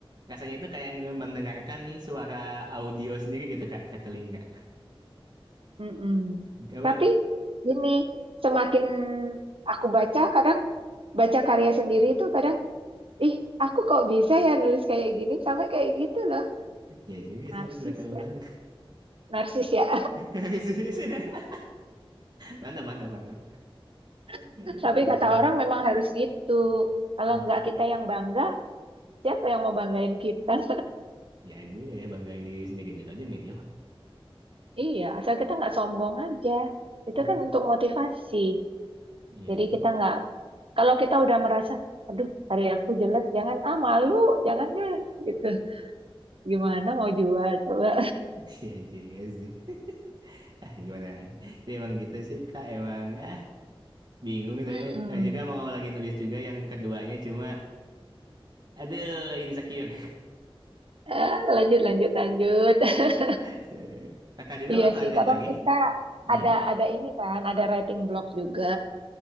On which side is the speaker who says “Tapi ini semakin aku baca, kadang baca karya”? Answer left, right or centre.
Right